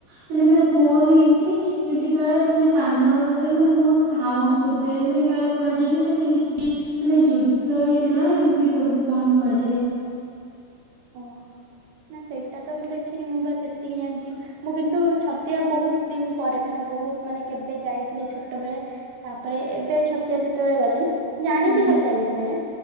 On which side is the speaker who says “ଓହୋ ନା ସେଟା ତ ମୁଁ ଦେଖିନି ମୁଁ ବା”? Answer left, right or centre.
Right